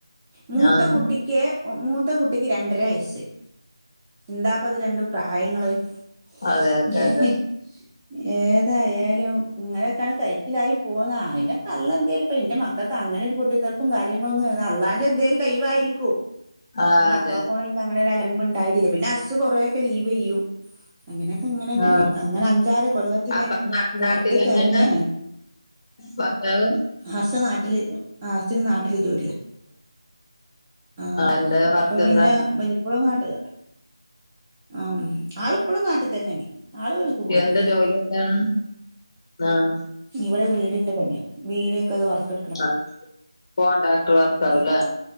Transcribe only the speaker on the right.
മൂത്ത
കുട്ടി ക്കെ മൂത്ത കുട്ടിക്ക് രണ്ടര വയസ്സ് എന്താപ്പ അത് രണ്ടു പ്രായങ്ങള് <unintelligible>
ഏതായാലും ഇങ്ങനൊക്കെയാണ് കയിച്ചിലായി പോന്ന അയിനൊകള്ള എന്തെലും ഇപ്പന്റെ മക്ക അതങ്ങനെ ഒരു പൊട്ടിത്തെറിപ്പും കാര്യങ്ങളൊന്നും അതഅല്ലാന്റെ എന്തെലും കൈവായിരിക്കും
പിന്ന
മക്കളെകൊണ്ട്
ഇൻക്ക് അങ്ങനെരലമ്പ്ണ്ടായിട്ടില്ല പിന്നെ ഹസ്സ് കുറേ ഒക്കെ ലീവ് ചെയ്യും അങ്ങനെയൊക്കെ ഇങ്ങനെ
പോയി അങ്ങനെ അഞ്ചാറ് കൊല്ലത്തിന്
പോറത്ത്ക്കെറങ്ങെ
ഹസ് നാട്ടില് ആ ഹസ്സിന് നാട്ടില് ജോലിയാ ആഹ്
അപ്പൊ പിന്നെ
വലി ഇപ്പളും നാട്ട് ആഹ് ആളിപ്പളും നാട്ട് തന്നെയണ് ആള് പോയിട്ടില്ല
ഇവിടെ വീടിന്റെ പണിയ വീടൊക്കെ അത് വർക്കെ
ഉം